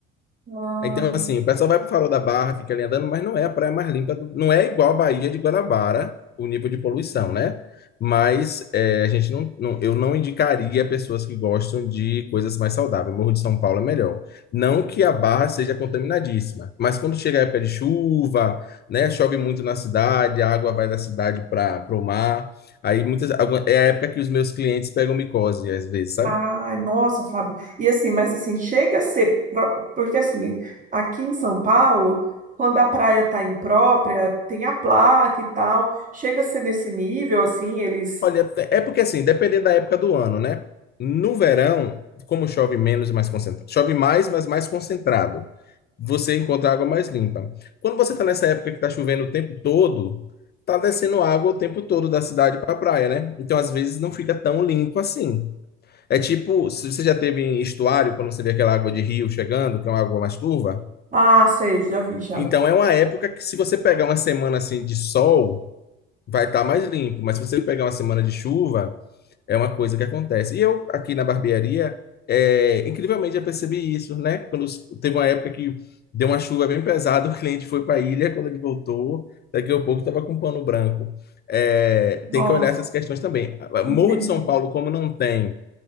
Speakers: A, on the right; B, on the left.
A: Ah,
B: Então, assim, o pessoal vai para o Farol da Barra, fica ali andando, mas não é a praia mais limpa, do- não é igual a Baía de Guanabara, o nível de poluição, né? Mas é, a gente não, não- eu não indicaria pessoas que gostam de coisas mais saudáveis. Morro de São Paulo é melhor. Não que a Barra seja contaminadíssima, mas quando chega a época de chuva, né, chove muito na cidade, a água vai da cidade para o mar. Aí muitas, alguma- é a época que os meus clientes pegam micose, às vezes, sabe?
A: ai, nossa, Fábio. E assim, mas assim, chega a ser. pró- Porque assim, aqui em São Paulo, quando a praia tá imprópria, tem a placa e tal. Chega a ser nesse nível, assim, eles.
B: Olha, é é porque assim, dependendo da época do ano, né? No verão, como chove menos e mais concentrado, chove mais, mas mais concentrado, você encontra água mais limpa. Quando você está nessa época que está chovendo o tempo todo, tá descendo água o tempo todo da cidade para a praia, né? Então, às vezes, não fica tão limpo assim. É tipo, se você já teve em estuário, quando você vê aquela água de rio chegando, que é uma água mais turva.
A: Ah, sei, já vi, já.
B: Então, é uma época que, se você pegar uma semana assim de sol, vai estar mais limpo. Mas se você pegar uma semana de chuva, é uma coisa que acontece. E eu, aqui na barbearia, é, incrivelmente já percebi isso, né? Quando os- teve uma época que deu uma chuva bem pesada, <laughs> o cliente foi para a ilha, quando ele voltou, daqui a pouco estava com um pano branco. É,
A: Nossa,
B: tem que olhar essas questões também.
A: entendi.
B: Morro de São Paulo, como não tem